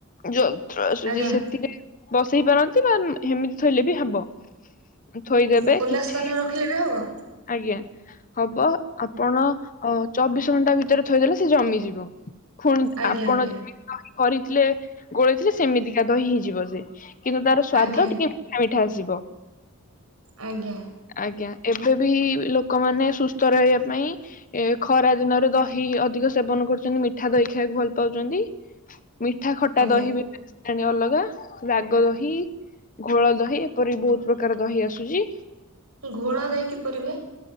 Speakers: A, on the left (about 40°); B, on the right (about 80°).
A: ଯନ୍ତ୍ର ଆସୁଛି
B: ଆଜ୍ଞା
A: ସେଥିରେ ବସେଇ ପାରନ୍ତି ବା ହେମିତି ଥୋଇଲେ ବି ହବ। ଥୋଇଦେବେ
B: ଖୋଲା
A: କିଛି।
B: ସ୍ଥାନରେ ରଖିଲେ ବି ହବ
A: ଆଜ୍ଞା। ହବ ଆପଣ ଚବିଶ ଘଣ୍ଟା ଭିତରେ ଥୋଇଦେଲେ ସେ ଜମିଯିବ। ପୁଣି
B: ଆଜ୍ଞା
A: ଆପଣ
B: ଆଜ୍ଞା
A: ଯେିମିତି କରିଥିଲେ ଗୋଳେଇଥିଲେ ସେମିତିକା ଦହି ହେଇଯିବ ସେ। କିନ୍ତୁ ତାର ସ୍ଵାଦ
B: ଆଜ୍ଞା
A: ଟିକେ ମିଠା ମିଠା ଆସିବ।
B: ଆଜ୍ଞା।
A: ଆଜ୍ଞା ଏବେ ବି ଲୋକମାନେ ସୁସ୍ଥ ରହିବା ପାଇଁ ଏ ଖରା ଦିନରେ ଦହି ଅଧିକ ସେବନ କଣ କରଛନ୍ତି ମିଠା ଦହି ଖାଇବାକୁ ଭଲ ପାଉଛନ୍ତି। ମିଠା ଖଟା
B: ଆଜ୍ଞା
A: ଦହି ବି। ପଠାଣି ଅଲଗା ରାଗ ଦହି। ଘୋଳ ଦହି। ଏପରି ବହୁତ ପ୍ରକାର ଦହି ଆସୁଛି।
B: ଘୋଳ ଦହି କିପରିି ହୁଅ?